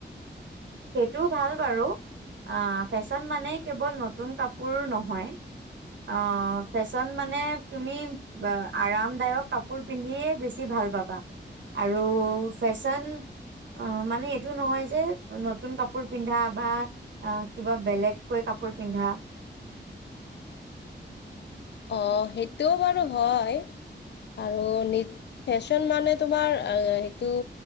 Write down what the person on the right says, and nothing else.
সেইটোও ভাল বাৰু আহ ফেশ্বন মানে কেৱল নতুন কাপোৰ নহয়। অ ফেশ্বন মানে তুমি আৰামদায়ক কাপোৰ পিন্ধিয়ে বেছি ভাল পাবা। আৰু ফেশ্বন মানে এইটো নহয় যে নতুন কাপোৰ পিন্ধা বা অ কিবা বেলেগকৈ কাপোৰ পিন্ধা।